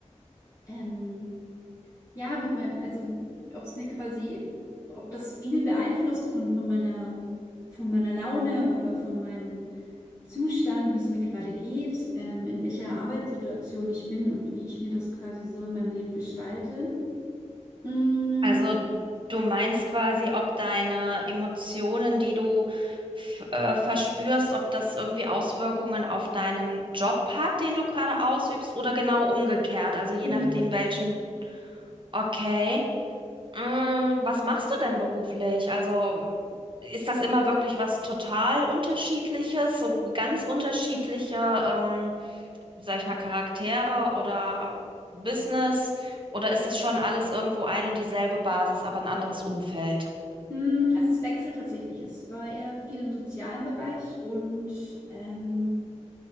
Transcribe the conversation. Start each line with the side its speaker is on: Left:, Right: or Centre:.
Left: ähm, Ja, mit meinem, also ob es mir quasi, ob das viel beeinflusst von, von meiner, von meiner Laune oder von meinem Zustand, wie es mir gerade geht, ähm, in welcher Arbeitssituation ich bin und wie ich mir das quasi so in meinem Leben gestalte. Mm,
Right: Also du meinst quasi, ob deine Emotionen, die du f- äh, verspürst, ob das irgendwie Auswirkungen auf deinen Job hat, den du gerade ausübst, oder genau umgekehrt, also je
Left: Unbedingt.
Right: nachdem welchen. Okay. Mm, was machst du denn beruflich? Also ist das immer wirklich was total Unterschiedliches, so ganz unterschiedliche ähm, sag ich mal, Charaktere oder Business? Oder ist das schon alles irgendwo ein und dieselbe Basis, aber ein anderes Umfeld?
Left: mm, also es wechselt tatsächlich. Es war eher viel im sozialen Bereich und ähm,